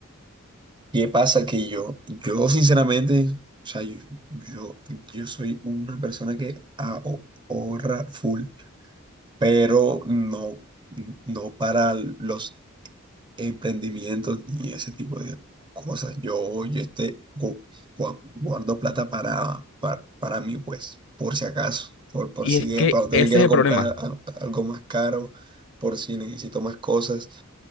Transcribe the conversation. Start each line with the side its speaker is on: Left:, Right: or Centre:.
Right: ¿Qué pasa? Que yo, yo sinceramente, o sea, yo, yo, yo soy una persona que aho- ahorra full, pero no, no para los emprendimientos ni ese tipo de cosas. Yo, yo este, gu- gua- guardo plata para, para, para mí, pues, por si acaso, por, por
Left: Y
Right: si
Left: es que
Right: de pronto
Left: ese
Right: me quiero
Left: es el
Right: comprar
Left: problema,
Right: al- algo más caro, por si necesito más cosas,